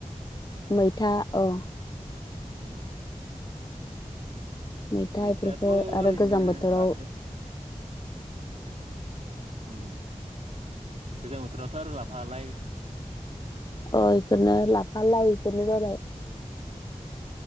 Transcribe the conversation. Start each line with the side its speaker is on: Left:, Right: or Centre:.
Left: मैथा औ
Right: उम।
Left: मैथा
Right: मैथायाथ'
Left: इफोरखो
Right: ओरैनो
Left: आरो गोजां बोथोराव
Right: बाथो उम गोजां बोथोरावथ' आरो राफा लाय
Left: अ बेफोरनो लाफा लाय बेफोरनो जाबाय।